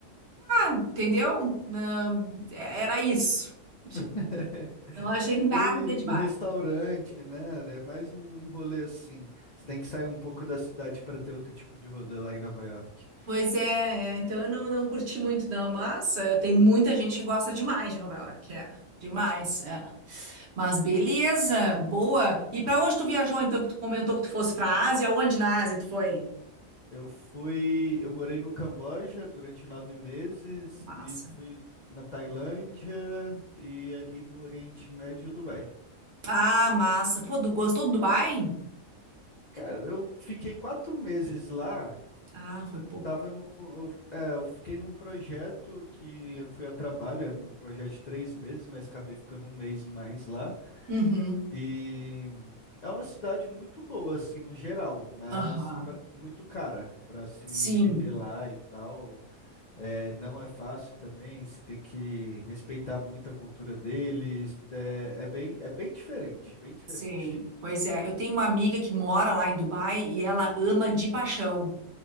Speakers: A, on the right; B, on the left.
A: entendeu? Não, era isso. Tipo,
B: <laughs>
A: não achei nada
B: E
A: demais.
B: restaurante, né? É mais um rolê assim. Você tem que sair um pouco da cidade para ter outro tipo de rolê lá em Nova York.
A: Pois é, é, então eu não, não curti muito não, mas é, tem muita gente que gosta demais de Nova York, é. Demais, é. Mas beleza, boa. E pra onde tu viajou então que tu comentou que tu fosse pra Ásia? Onde na Ásia tu foi?
B: Eu fui, eu morei no Camboja durante nove meses
A: Massa.
B: e fui na Tailândia e ali no Oriente Médio e Dubai.
A: Ah, massa. Pô, du- gostou do Dubai?
B: Cara, eu fiquei quatro meses lá.
A: Ah, foi pouco.
B: Tava no, eu, é, eu fiquei num projeto que eu fui a trabalho, era um projeto de três meses, mas acabei ficando um mês mais lá.
A: Uhum.
B: E é uma cidade muito boa, assim, no geral, mas
A: Aham.
B: pra- muito cara para se
A: Sim.
B: viver lá e tal. É, não é fácil também, você tem que respeitar muito a cultura deles. É, é bem, é bem diferente, bem diferente.
A: Sim, pois é. Eu tenho uma amiga que mora lá em Dubai e ela ama de paixão.